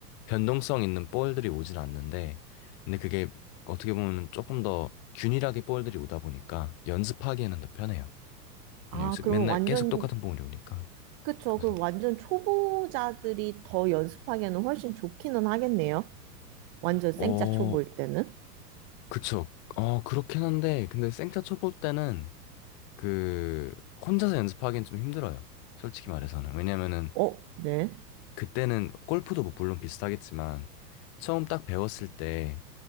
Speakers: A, on the left (about 45°); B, on the right (about 30°).
A: 변동성 있는 볼들이 오진 않는데 근데 그게 어떻게 보면 조금 더 균일하게 볼들이 오다 보니까 연습하기에는 더 편해요.
B: 아,
A: 왜냐면 이제
B: 그러면
A: 맨날
B: 완전,
A: 계속 똑같은 볼이 오니까
B: 그쵸.
A: 그래서
B: 그럼 완전 초보자들이 더 연습하기에는 훨씬 좋기는 하겠네요. 완전 생짜
A: 어
B: 초보일 때는?
A: 그쵸 어 그렇긴 한데 근데 생타 쳐볼 때는 그 혼자서 연습하기엔 좀 힘들어요. 솔직히 말해서는. 왜냐면은
B: 어, 네.
A: 그때는 골프도 뭐 물론 비슷하겠지만 처음 딱 배웠을 때